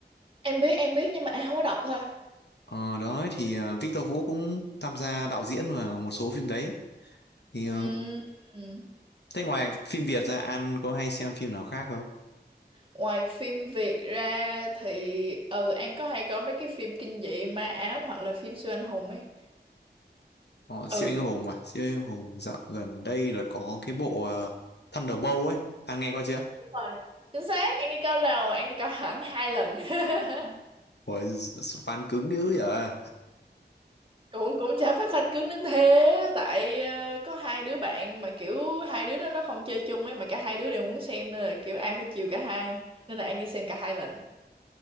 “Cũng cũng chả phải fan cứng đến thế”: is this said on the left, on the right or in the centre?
Right